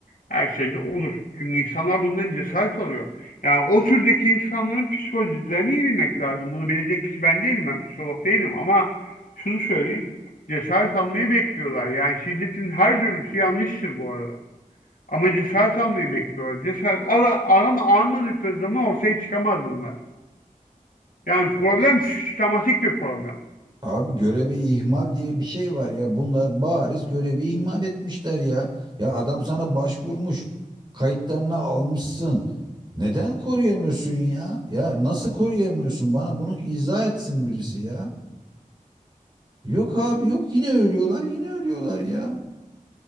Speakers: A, on the left; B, on the right.
A: her şeyde olur. Çünkü insanlar bundan cesaret alıyor. Yani o türdeki insanların psikolojilerini iyi bilmek lazım. Bunu bilecek kişi ben değilim, ben psikolog değilim ama şunu söyleyeyim. Cesaret almayı bekliyorlar. Yani şiddetin her türlüsü yanlıştır bu arada. Ama cesaret almayı bekliyorlar. Cesaret al, al ama almadıkları zaman ortaya çıkamaz bunlar. Yani problem
B: Ya işte,
A: sistematik bir problem.
B: abi görevi ihmal diye bir şey var ya. Bunlar bariz görevi ihmal etmişler ya. Ya adam sana başvurmuş. Kayıtlarını almışsın. Neden koruyamıyorsun ya? Ya nasıl koruyamıyorsun? Bana bunu izah etsin birisi ya. Yok abi yok yine ölüyorlar yine ölüyorlar ya.